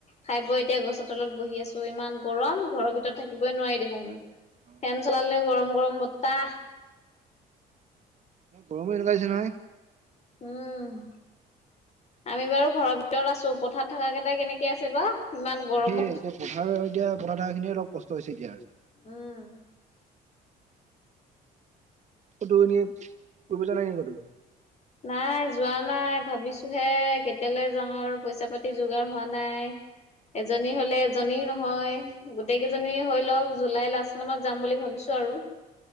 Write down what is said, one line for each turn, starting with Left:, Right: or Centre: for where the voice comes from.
Left: খাই বৈ এতিয়া গছৰ তলত বহি আছো ইমান গৰম ঘৰৰ ভিতৰত থাকিবই নোৱাৰি দেখোন
Right: অ
Left: ফেন চলালে গৰম গৰম বতাহ
Right: গৰমো এনেকুৱা হৈছে নহয়
Left: উম আমি বাৰু ঘৰৰ ভিতৰত আছো পথাৰ থকা কেইটাই কেনেকে আছে বা ইমান গৰমত
Right: সেয়ে এতিয়া পথাৰ আৰু এতিয়া থকা খিনিয়ে অলপ কষ্ট হৈছে এতিয়া আৰু
Left: উম
Right: ক'তো এনে ফুৰিবলে নাই নেকি ক'তো?
Left: নাই যোৱা নাই ভাবিছোহে কেতিয়ালৈ যাও আৰু পইচা পাতি যোগাৰ হোৱা নাই। এজনী হলে এজনীও নহয় গোটেই কেইজনী হৈ লওক জুলাই লাষ্ট মানত যাম বুলি ভাবিছো আৰু খ